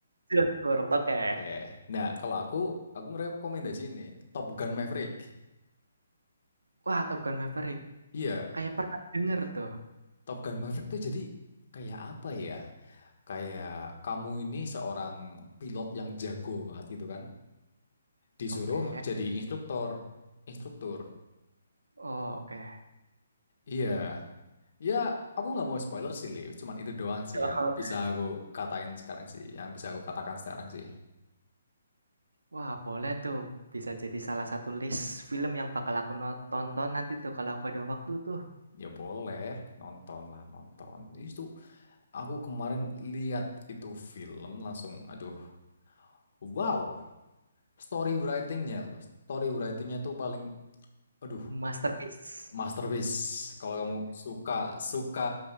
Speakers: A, on the right; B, on the left.
A: Jurassic World. Oke.
B: Oke. Nah, kalau aku aku ngerekomendasi ini Top Gun Maverick.
A: Wah, Top Gun Maverick.
B: Iya,
A: Kayak pernah denger tuh.
B: Top Gun Maverick tuh jadi kayak apa ya? Kayak kamu ini seorang pilot yang jago banget gitu kan? Disuruh
A: Oke.
B: jadi instruktur, instruktur.
A: Oh, oke.
B: Iya. Ya, aku nggak mau spoiler sih, Li. Cuman itu doang sih
A: Heeh.
B: yang bisa aku katain sekarang sih. Yang bisa aku katakan sekarang sih.
A: Wah, boleh tuh. Bisa jadi salah satu list film yang bakal aku no tonton nanti tuh kalau aku ada waktu tuh.
B: Ya boleh, nonton lah, nonton. Itu aku kemarin lihat itu film langsung, aduh, wow. Story writingnya loh. Story writingnya tuh paling, aduh,
A: Masterpiece.
B: masterpiece. Kalau kamu suka, suka,